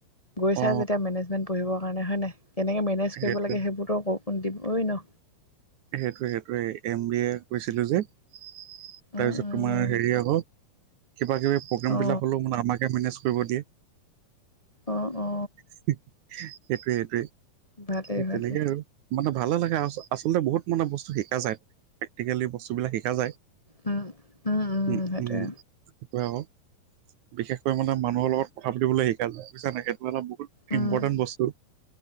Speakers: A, on the left (about 25°); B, on the right (about 70°).
A: গৈছা
B: অ
A: যেতিয়া মেনেজমেণ্ট পঢ়িবৰ কাৰণে হয় নাই কেনেকে মেনেজ
B: সেইটোৱে
A: কৰিব লাগে সেইবোৰতো <unintelligible> দিব ন'
B: সেইটোৱে-সেইটোৱে এম বি এ কৈছিলোঁ যে তাৰ
A: উম
B: পিছত
A: উম
B: তোমাৰ হেৰি আকৌ কিবা কিবি প্ৰগ্ৰেমবিলাক
A: অ
B: হ'লেও মানে আমাকে মেনেজ কৰিব দিয়ে।
A: অ অ
B: সেইটোৱে-সেইটোৱে
A: ভালেই
B: সেই
A: ভালেই
B: তেনেকে আৰু মানে ভালে লাগে আচলতে বহুত মানে বস্তু শিকা যায়। প্ৰেক্টিকেলি বস্তুবিলাক শিকা যায়,
A: উম উম উম
B: উম-উম
A: সেইটোৱে
B: সেইটোৱে আকৌ বিশেষকৈ মানে মানুহৰ লগত কথা পাতিবলৈ শিকা যায় বুজিছা নাই ক মই এটা বহুত
A: উম
B: ইম্পৰ্টেন্ট বস্তু